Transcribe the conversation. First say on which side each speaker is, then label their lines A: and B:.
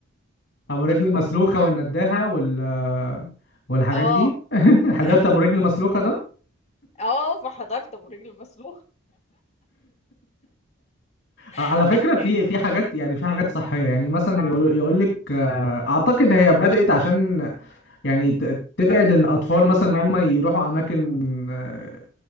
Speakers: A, on the left; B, on the left.
A: ابو رجل مسلوخه والنداهه وال والحاجات
B: <laughs> اه
A: دي <laughs> حضرت
B: <laughs>
A: ابو رجل مسلوخه ده
B: اه فحضرت ابو رجل مسلوخ
A: آه،
B: <laughs>
A: على فكره في في حاجات يعني في حاجات صحيه يعني مثلا يقول لك اعتقد هي بدات عشان يعني ت- تبعد ان الاطفال مثلا ان هم يروحوا اماكن آه،